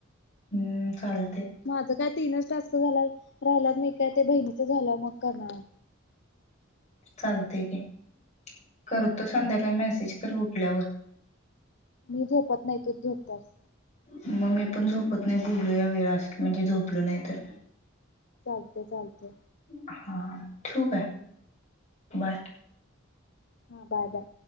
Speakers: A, on the left; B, on the left.
A: हम्म चाल.
B: माझं काय तीनच टस्क झाला राहिलात नी मी काय ते बहिणीच झालं मग करणार.
A: चालतय की करतो संध्याकाळी, मेसेज तर उटल्यावर.
B: मी झोपत नाही तूच झोपतस.
A: मग मी पण झोपत नाही बुलूल्या या वेळ, असेल म्हणजे झोपलो नाही तर
B: हा चालते चालते.
A: हा ठेवू काय?
B: हम्म.
A: बाय.
B: हा बाय बाय.